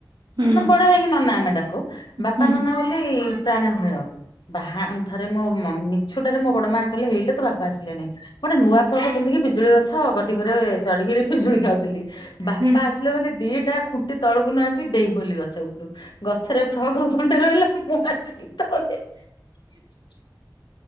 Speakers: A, on the right (about 80°); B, on the left (about 85°).
A: ହୁଁ
B: ନା ବଡ ହେଇକି ନନା ଆମେ ଡ଼ାକୁ ବାପା
A: ହୁଁ
B: ନନା ବୋଲି ପ୍ରାଣ ଭୟ ବାହା ଥରେ ମୋ ମିଛୁଟାରେ ମୋ ବଡ ମା କହିଲେ ହେଇଲୋ ତ ବାପ ଆସିଲେଣି ଗୋଟେ ନୂଆ ଫ୍ରକ ପିନ୍ଧିକି ପିଜୁଳି ଗଛ ଗୋଟିକରେ ଚଢିକିରି ପିଜୁଳି ଖାଉଥିଲି ବାପା
A: ହୁଁ
B: ଆସିଲେ ବୋଲି ଦି ଏଟା ଖୁଣ୍ଟି ତଳକୁ ନ ଆସିକି ଡେଇଁ ପଇଲି ଗଛ ଉପରୁ ଗଛରେ ଫ୍ରକ ରୁ ଖଣ୍ଡେ ରହିଲା ମୁଁସତା ଅେ <unintelligible>